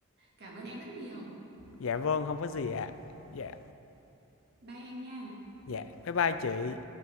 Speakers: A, on the right; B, on the left.
A: cảm ơn em rất nhiều
B: Dạ vâng, không có gì ạ. Dạ,
A: bye em nha
B: dạ, bye bye chị.